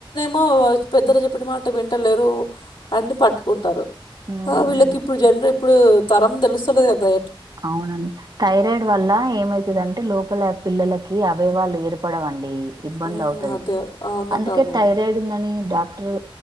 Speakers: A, on the left; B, on the right.
A: మావాయిస్ పెద్దలు చెప్పిన మాట వింటలేరు అని పట్టుకుంటరు
B: ఉమ్,
A: ఆ వీళ్ళకి ఇప్పుడు జనర్ ఇప్పుడు తరం తెలుస్తలే గదా
B: అవునండి థైరయిడ్ వల్ల ఏమైతుందంటే లొపలా పిల్లలకి అవాయవాలు ఏర్పడవండి ఇబ్బంది
A: ఉమ్
B: అవుతది
A: అదే అవునంటా
B: అందుకే
A: అండి
B: థైరయిడ్ ఉందని డాక్టర్